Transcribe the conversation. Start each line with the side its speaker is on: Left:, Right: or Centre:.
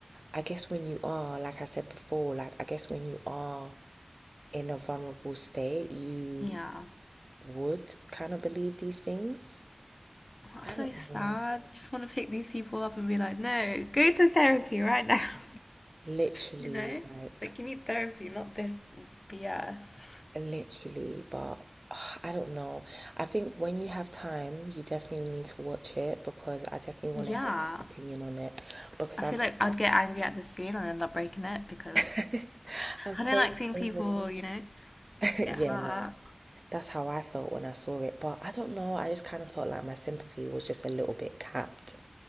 Right: I guess when you are, like I said before, like I guess when you are in a vulnerable state, you
Left: Yeah.
Right: would kind of believe these things.
Left: That's
Right: I
Left: so
Right: don't
Left: sad.
Right: know.
Left: You just want to pick these people up and be like, no, go to therapy right now. <laughs>
Right: Literally,
Left: You know?
Right: like
Left: Like, you need therapy, not this BS.
Right: Literally, but ugh, I don't know. I think when you have time, you definitely need to watch it because I definitely want
Left: Yeah.
Right: to hear your opinion on it because
Left: I
Right: I've
Left: feel like I'd get angry at the screen and end up breaking it because
Right: <laughs> I've
Left: I don't
Right: told
Left: like seeing
Right: so
Left: people,
Right: many.
Left: you know,
Right: <laughs>
Left: get
Right: Yeah,
Left: hurt.
Right: no,
Left: at.
Right: that's how I felt when I saw it. But I don't know. I just kind of felt like my sympathy was just a little bit capped,